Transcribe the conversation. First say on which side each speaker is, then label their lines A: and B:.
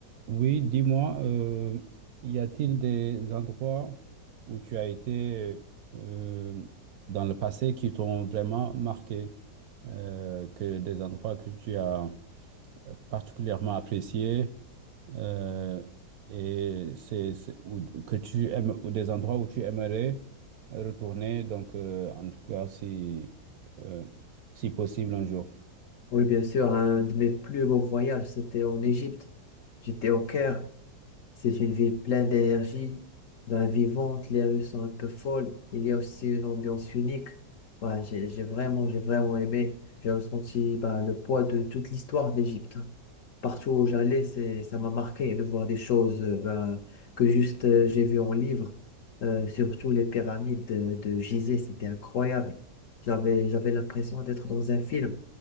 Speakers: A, on the right; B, on the left.
A: Oui, dis-moi, euh, y a-t-il des endroits où tu as été euh, dans le passé qui t'ont vraiment marqué, euh, que des endroits que tu as particulièrement appréciés euh, et c'est, c'est- ou que tu aimes, ou des endroits où tu aimerais retourner, donc euh, en tout cas si, euh, si possible un jour.
B: Oui, bien sûr, un de mes plus beaux voyages, c'était en Égypte. J'étais au Caire c'est une ville pleine d'énergie, bah, vivante, les rues sont un peu folles, il y a aussi une ambiance unique. Bah, j'ai, j'ai vraiment, j'ai vraiment aimé. J'ai ressenti bah, le poids de toute l'histoire de l'Égypte. Partout où j'allais, c'est, ça m'a marqué de voir des choses euh, bah, que juste euh, j'ai vu en livre. Euh, surtout les pyramides de, de Gizeh, c'était incroyable. J'avais, j'avais l'impression d'être dans un film.